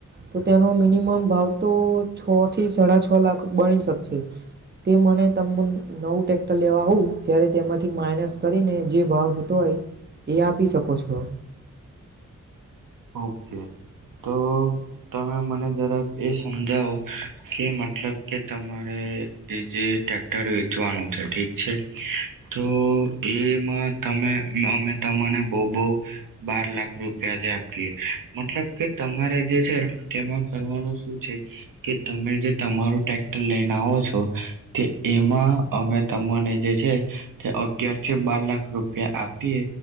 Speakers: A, on the right; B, on the right.
A: તો તેનો મિનિમમ ભાવ- તો છ થી સાડા છ છ લાખ બની શકશે તે મને તમુન નવું ટેક્ટર લેવા આવું ત્યારે તેમાંથી માઇનસ કરીને જે ભાવ થતો હોય એ આપી શકો છો.
B: ઓકે. તો તમે મને જરાક એ સમજાવો કે મતલબ કે તમારે એ જે ટ્રેક્ટર વેચવાનું છે ઠીક છે તો એમાં તમે અમે તમાને બહુ બહુ બાર લાખ રૂપિયા જે આપ જ મતલબ કે તમારે જે છે તેમાં કરવાનું શું છે કે તમે જે તમારું ટટેક્ટર લઈને આવો છો તે એમાં અમે તને જે છે તે અગયાર થી બાર લાખ રૂપ રૂપિયા આપીએ